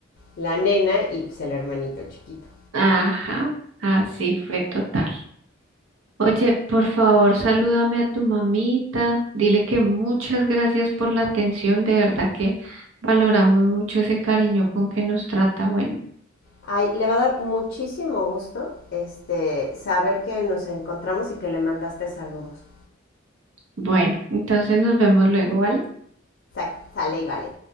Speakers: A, on the left; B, on the right.
A: la nena y pues el hermanito chiquito.
B: Ajá, así fue total. Oye, por favor, salúdame a tu mamita, dile que muchas gracias por la atención, de verdad que valoramos mucho ese cariño con que nos trata. Bueno.
A: Ay, le va a dar muchísimo gusto este, saber que nos encontramos y que le mandaste saludos.
B: Bueno, entonces nos vemos luego, ¿vale?
A: Sa- sale y vale.